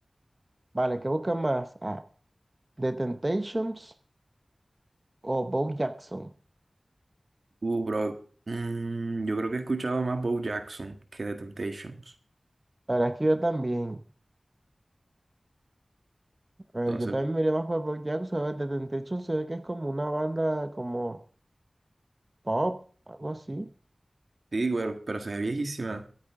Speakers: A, on the right; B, on the right.
A: Vale, ¿qué buscan más? Ah, The Temptations o Bo Jackson.
B: Uh, bro. mm, yo creo que he escuchado más Bo Jackson que The Temptations.
A: La verdad es que yo también. A ver,
B: Entonces,
A: yo también miré más para Black Jackson. A ver, The Temptation se ve que es como una banda como pop, algo así.
B: sí, güey, pero se ve viejísima.